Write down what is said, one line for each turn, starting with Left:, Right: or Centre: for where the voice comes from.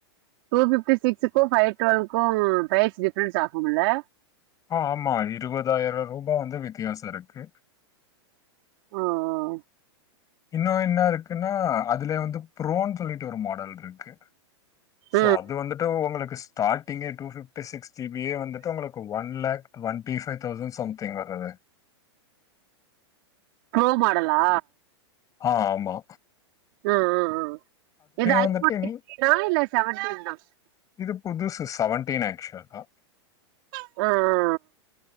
Right: டூ ஃபிப்டி சிக்ஸுக்கு ஃபைவ் டுவெல்லுகு ஃப்ரைஸ் டிஃப்ரன்ஸ் ஆகும்ல
Left: அ ஆமா இருவதாயிரோ ரூபா வந்து வித்தியாசோ இருக்கு
Right: ஓ ஓ
Left: இன்னு என்ன இருக்குன்னா அதுல வந்து ஃப்ரோனு சொல்லிட்டு ஒரு மாடல் இருக்கு
Right: <inaudible>
Left: ஸோ அது வந்துட்டு உங்களுக்கு ஸ்டாட்டிங்கே டூஃபிஃப்டி சிக்ஸ் ஜீ பியே வந்துட்டு உங்களுக்கு ஒன்லேக் ஒன் த்ரிஃபை தௌசன் சம்திங் வர்ருது
Right: ஃப்ரோ மாடல்லா
Left: அ ஆமா
Right: அ அ அ இது ஐ
Left: வந்துட்டு
Right: போன்
Left: இனி
Right: சிக்ஸ்டினா இல்ல செவன்டீனா
Left: இது புதுசு செவன்டீன் ஆக்சுவலா
Right: அ அ